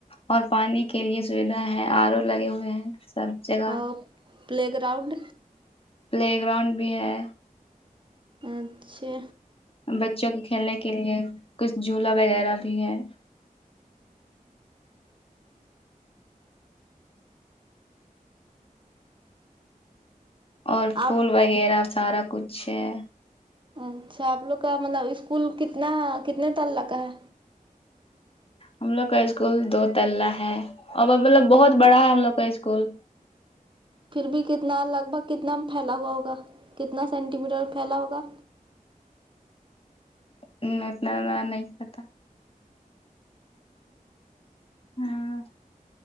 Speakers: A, on the left; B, on the right.
A: اور پانی کے لیے سویدھا ہے آر او لگے ہوئے ہیں سب جگہ
B: اور پلے گراؤنڈ
A: پلے گراؤنڈ بھی ہے
B: اچھا
A: بچوں کے کھیلنے کے لیے کچھ جھولا وغیرہ بھی ہے اور پھول
B: آپ
A: وغیرہ سارا کچھ ہے
B: اچھا آپ لوگ کا مطلب اسکول کتنا کتنے تللہ کا ہے
A: ہم لوگ کا اسکول دو تللہ ہے اور مطلب بہت بڑا ہے ہم لوگ کا اسکول
B: پھر بھی کتنا لگ بھگ کتنا پھیلا ہوا ہوگا کتنا سینٹی میٹر پھیلا ہوگا
A: ہ اتنا نا نہیں پتا ہاں